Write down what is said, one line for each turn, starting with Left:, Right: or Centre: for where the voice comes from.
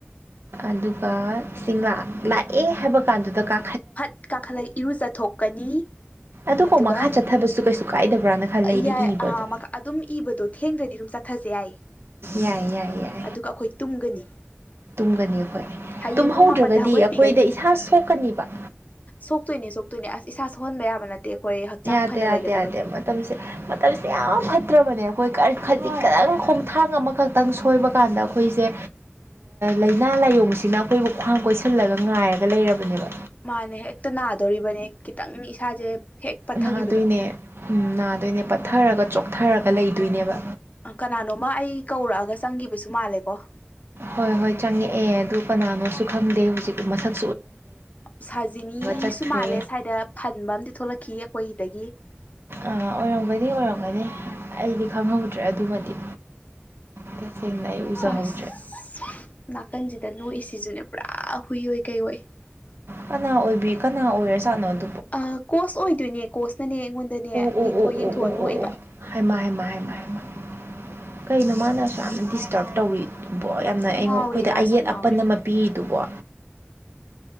Right: ꯑꯗꯨꯒꯁꯤꯡ ꯂꯥꯛꯑꯦ ꯍꯥꯏꯕ ꯀꯥꯟꯗꯨꯗ ꯀꯥ
Left: ꯐꯠ ꯀꯥꯈꯠꯂꯛ ꯏꯔꯨꯖꯊꯣꯛꯀꯅꯤ
Right: ꯑꯗꯨꯐꯥꯎ
Left: ꯑꯗꯨꯒ
Right: ꯃꯈꯥ ꯆꯠꯊꯕꯁꯨ ꯀꯩꯁꯨ ꯀꯥꯏꯗꯕ꯭ꯔꯅ ꯈꯜꯂꯦ ꯑꯩꯗꯤ
Left: ꯌꯥꯏ
Right: ꯏꯕꯗꯣ
Left: ꯑꯗꯨꯝ ꯏꯕꯗꯣ ꯊꯦꯡꯈ꯭ꯔꯗꯤ ꯑꯗꯨꯝ ꯆ ꯆꯠꯊꯁꯦ ꯌꯥꯏ
Right: ꯌꯥꯏ ꯌꯥꯏ ꯌꯥꯏ
Left: ꯑꯗꯨꯒ ꯑꯩꯈꯣꯏ ꯇꯨꯝꯒꯅꯤ
Right: ꯇꯨꯝꯒꯅꯤ ꯑꯩꯈꯣꯏ
Left: ꯍꯌꯦꯡ
Right: ꯇꯨꯝꯍꯧꯗ꯭ꯔꯒꯗꯤ
Left: ꯄꯨꯡ ꯃꯥꯄꯟꯗ ꯍꯧꯒꯠꯄꯤꯒꯅꯤ
Right: ꯑꯩꯈꯣꯏꯗ ꯏꯁꯥ ꯁꯣꯛꯀꯅꯤꯕ
Left: ꯁꯣꯛꯇꯣꯏꯅꯦ ꯁꯣꯛꯇꯣꯏꯅꯦ ꯑꯁ ꯏꯁꯥ ꯁꯍꯣꯟꯕ ꯌꯥꯕ ꯅꯠꯇꯦ ꯑꯩꯈꯣꯏ ꯍꯛꯆꯥꯡ
Right: ꯌꯥꯗꯦ
Left: ꯐꯅ
Right: ꯌꯥꯗꯦ
Left: ꯂꯩꯒꯗꯕꯅꯤ
Right: ꯌꯥꯗꯦ ꯃꯇꯝꯁꯦ ꯃꯇꯝꯁꯦ ꯌꯥꯝ ꯐꯠꯇ꯭ꯔꯕꯅꯦ ꯑꯩꯈꯣꯏ ꯈꯖꯤꯛ ꯈꯛꯇꯪ ꯈꯣꯡꯊꯥꯡ ꯑꯃꯈꯛꯇꯪ ꯁꯣꯏꯕ ꯀꯥꯟꯗ ꯑꯩꯈꯣꯏꯁꯦ ꯂꯥꯏꯅꯥ ꯂꯥꯏꯌꯡꯁꯤꯅ ꯑꯩꯈꯣꯏꯕꯨ ꯈ꯭ꯋꯥꯡ ꯀꯣꯏꯁꯤꯜꯂꯒ ꯉꯥꯏꯔꯒ ꯂꯩꯔꯕꯅꯦꯕ
Left: ꯃꯥꯅꯦ ꯍꯦꯛꯇ ꯅꯥꯗꯣꯔꯤꯕꯅꯦ ꯈꯤꯇꯪ ꯏꯁꯥꯁꯦ ꯍꯦꯛ ꯄꯠꯊꯈꯤꯕꯗ
Right: ꯅꯥꯗꯣꯏꯅꯦ ꯅꯥꯗꯣꯏꯅꯦ ꯄꯠꯊꯔꯒ ꯆꯣꯛꯊꯔꯒ ꯂꯩꯗ ꯑꯗꯨꯣꯏꯅꯦꯕ
Left: ꯀꯅꯥꯅꯣꯃ ꯑꯩ ꯀꯧꯔꯛꯑꯒ ꯆꯪꯒꯤꯕꯁꯨ ꯃꯥꯜꯂꯦꯀꯣ
Right: ꯍꯣꯏ ꯍꯣꯏ ꯆꯪꯉꯛꯑꯦ ꯑꯗꯨ ꯀꯅꯥꯅꯣꯁꯨ ꯈꯪꯗꯦ ꯍꯧꯖꯤꯛ ꯃꯁꯛ
Left: ꯁꯖꯤꯅꯤꯁꯨ
Right: ꯆꯠꯈ꯭ꯔꯦ
Left: ꯃꯥꯜꯂꯦ ꯁ꯭ꯋꯥꯏꯗ ꯐꯟꯕ ꯑꯝ ꯊꯣꯛꯂꯛꯈꯤ ꯑꯩꯈꯣꯏꯗꯒꯤ
Right: ꯑꯣꯏꯔꯝꯒꯅꯤ ꯑꯣꯏꯔꯝꯒꯅꯤ ꯑꯩꯗꯤ ꯈꯪꯍꯧꯗ꯭ꯔꯦ ꯑꯗꯨꯃꯗꯤ ꯇꯁꯦꯡꯅ ꯑꯩ ꯎꯖꯍꯧꯗ꯭ꯔꯦ
Left: ꯑꯁ ꯅꯥꯀꯟꯁꯤꯗ ꯅꯣꯛꯏꯁꯤꯁꯨꯅꯦ ꯄꯨꯔꯥ ꯍꯨꯏꯣꯏ ꯀꯩꯑꯣꯣꯏ
Right: ꯀꯅꯥ ꯑꯣꯏꯕꯤ ꯀꯅꯥ ꯑꯣꯏꯔ ꯁꯥꯥꯅꯣꯗꯣ
Left: ꯑ ꯀꯣꯁ ꯑꯣꯏꯗꯣꯏꯅꯦ ꯀꯣꯁꯅꯅꯦ ꯑꯩꯉꯣꯟꯗꯅꯦ
Right: ꯎ ꯎ
Left: ꯌꯦꯡꯊꯣꯛ
Right: ꯎ
Left: ꯌꯦꯡꯊꯣꯛꯑ
Right: ꯎ
Left: ꯅꯣꯛꯑꯦꯕ
Right: ꯎ ꯑꯣ ꯀꯩꯅꯣ ꯃꯥꯅꯁꯨ ꯌꯥꯝꯅ ꯗꯤꯁꯇꯔꯕ ꯇꯧꯋꯤ ꯕꯣ
Left: ꯃꯥꯁꯨ
Right: ꯌꯥꯝꯅ ꯑꯩꯉꯣꯟ
Left: ꯉꯥꯎꯔꯦ
Right: ꯑꯩꯈꯣꯏꯗ
Left: ꯃꯥꯁꯨ
Right: ꯑꯌꯦꯠ
Left: ꯉꯥꯎꯔꯦ
Right: ꯑꯄꯟ ꯑꯃ ꯄꯤꯔꯤꯗꯨꯕꯣ